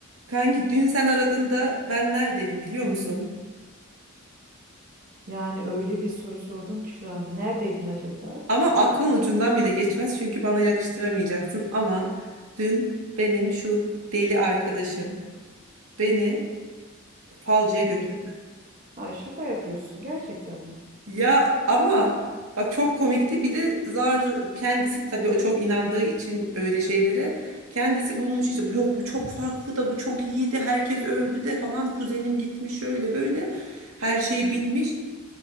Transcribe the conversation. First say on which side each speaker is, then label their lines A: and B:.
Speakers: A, on the right; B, on the right.
A: Kanki dün sen aradığında ben neredeydim biliyor musun?
B: Yani öyle bir soru sordun ki şu an. Neredeydin acaba?
A: Ama aklın ucundan bile geçmez çünkü bana yakıştıramayacaksın ama dün benim şu deli arkadaşım beni falcıya götürdü.
B: Evet. Ay şaka yapıyorsun gerçekten mi?
A: Ya ama bak çok komikti bir de zar zor kendisi tabii o çok inandığı için böyle şeylere kendisi bulmuş işte yok bu çok farklı da bu çok iyiydi herkes övdü de falan kuzenim gitmiş şöyle böyle her şeyi bilmiş.